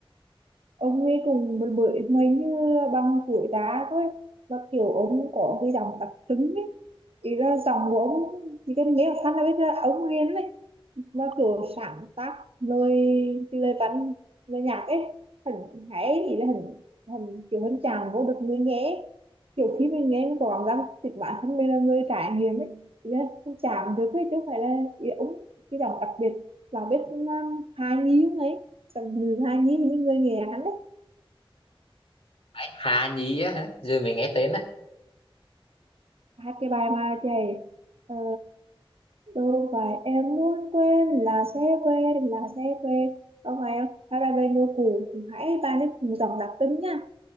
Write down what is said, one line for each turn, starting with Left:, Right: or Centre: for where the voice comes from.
Right: ông ấy cùng một bưởi mình như bằng tuổi đá thôi và kiểu ông có cái giọng đặc trưng ấy ý là giọng của ông chỉ cần nghe một phát là biết là ông liền đấy nó kiểu sáng tác lời cái lời văn lời nhạc ấy hình hãy ý là hình hình kiểu hình chàng vô được người nghe kiểu khi mình nghe mình có cảm giác chính bản thân mình là người trải nghiệm ấy thì là hình chàng được ấy chứ không phải là ý là ống cái giọng đặc biệt là biết um, hài nhi không ấy giọng nữ hài nhi thì những người nghe hắn đấy
Left: Ấy, Hà Nhi á hả? Giờ mình nghe tên á.
Right: hát cái bài mà chạy ờ, đâu phải em muốn quên là sẽ quên là sẽ quên không phải không hát bài bên đô cũ cũng hãy bài ấy cùng dòng đặc tính nha